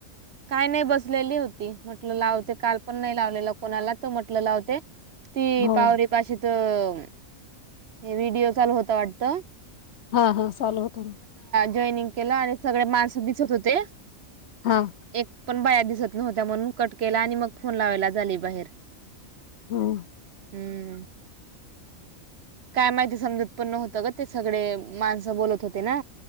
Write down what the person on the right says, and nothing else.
काय नाय बसलेली होती म्हटलं लावते काल पण नाय लावलेलं कोणाला तू म्हटलं लावते. ती
पावरीपाशीचं हे व्हिडिओ चालु होता वाटत
जॉईनिंग केलं आणि सगळे माणसं दिसत होते.
एक पण बाया दिसत नव्हत्या म्हणुन कट केला. आणि मग फोन लावायला झाली बाहेर
हम्म काय माहिती समजत पण नव्हतं ग ते सगडे माणसं बोलत होते ना